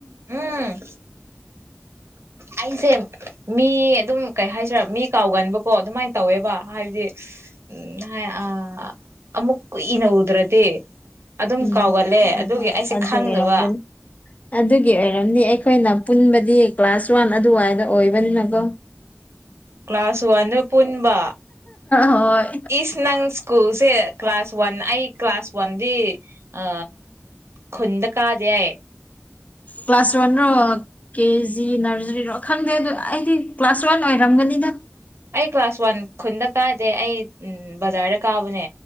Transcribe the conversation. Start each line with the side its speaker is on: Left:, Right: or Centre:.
Right: ꯎꯝ ꯑꯩꯁꯦ ꯃꯤ ꯑꯗꯨꯝ ꯀꯩ ꯍꯥꯏꯁꯤꯔꯥ ꯃꯤ ꯀꯥꯎꯒꯟꯕꯀꯣ ꯑꯗꯨꯃꯥꯏꯟ ꯇꯧꯋꯦꯕ ꯍꯥꯏꯕꯗꯤ ꯎꯝ ꯑ ꯑꯃꯨꯛ ꯀꯨꯏꯅ ꯎꯗ꯭ꯔꯗꯤ ꯑꯗꯨꯝ
Left: ꯎꯝ
Right: ꯀꯥꯎꯒꯜꯂꯦ
Left: ꯑꯗꯨ
Right: ꯑꯗꯨꯒꯤ ꯑꯩꯁꯦ
Left: ꯑꯗꯨ
Right: ꯈꯪꯗꯕ
Left: ꯑꯣꯏꯔꯝꯒꯅꯤ ꯑꯗꯨꯒꯤ ꯑꯣꯏꯔꯝꯗꯤ ꯑꯩꯈꯣꯏꯅ ꯄꯨꯟꯕꯗꯤ ꯀ꯭ꯂꯥꯁ ꯋꯥꯟ ꯑꯗꯨꯋꯥꯏꯗ ꯑꯣꯏꯕꯅꯤꯅꯀꯣ
Right: ꯀ꯭ꯂꯥꯁ ꯋꯥꯟꯗ ꯄꯨꯟꯕ
Left: ꯍꯣꯏ
Right: ꯏꯁ ꯅꯪ ꯁ꯭ꯀꯨꯜꯁꯦ ꯀ꯭ꯂꯥꯁ ꯋꯥꯟ ꯑꯩ ꯀ꯭ꯂꯥꯁ ꯋꯥꯟꯗꯤ ꯑ ꯈꯨꯟꯗ ꯀꯥꯗꯦ ꯑꯩ
Left: ꯀ꯭ꯂꯥꯁ ꯋꯥꯟꯔꯣ ꯀꯦ ꯖꯤ ꯅꯔꯖꯔꯤꯔꯣ ꯈꯪꯗꯦ ꯑꯗꯨ ꯑꯩꯗꯤ ꯀ꯭ꯂꯥꯁ ꯋꯥꯟ ꯑꯣꯏꯔꯝꯒꯅꯤꯗ
Right: ꯑꯩ ꯀ꯭ꯂꯥꯁ ꯋꯥꯟ ꯈꯨꯟꯗ ꯀꯥꯗꯦ ꯑꯩ ꯎꯝ ꯕꯖꯥꯔꯗ ꯀꯥꯕꯅꯦ